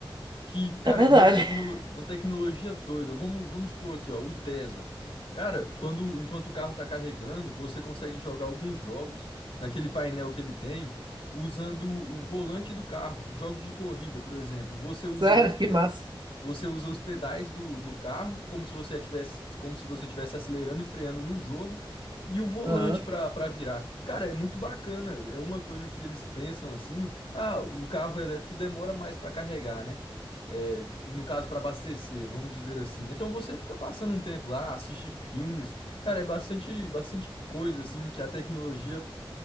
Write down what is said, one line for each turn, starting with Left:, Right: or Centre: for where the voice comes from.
Left: que, cara,
Right: É verdade.
Left: uma, tecnolo
Right: <laughs>
Left: uma tecnologia doida. Vamos, vamos supor aqui, ó, o Tesla. Cara, quando enquanto o carro tá carregando, você consegue jogar alguns jogos naquele painel que ele tem usando o volante do carro. Jogos de corrida, por exemplo. Você usa
Right: Sério,
Left: os, pe-
Right: que massa.
Left: você usa os pedais do, do carro como se você tivesse, como se você tivesse acelerando e freando no jogo e o volante
Right: Aham.
Left: para para virar. Cara, é muito bacana. É uma coisa que eles pensam assim: ah, o carro elétrico demora mais para carregar, né? É, no caso, para abastecer, vamos dizer assim. Então você fica passando um tempo lá, assiste filmes. Cara, é bastante, bastante coisa assim que a tecnologia